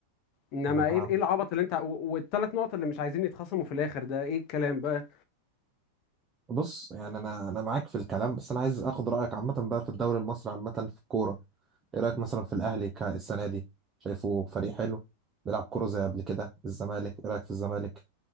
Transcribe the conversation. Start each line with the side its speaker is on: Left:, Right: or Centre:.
Left: انما
Right: انا فاهم
Left: ايه ايه العبط اللي انت والثلاث نقط اللي مش عايزين يتخصموا في الاخر ده ايه الكلام بقى
Right: بص يعني انا انا معاك في الكلام بس انا عايز اخد رايك عامه بقى في الدوري المصري عامه في الكوره ايه رايك مثلا في الاهلي ك- السنه دي شايفه فريق حلو بيلعب كوره زي قبل كده الزمالك ايه رايك في الزمالك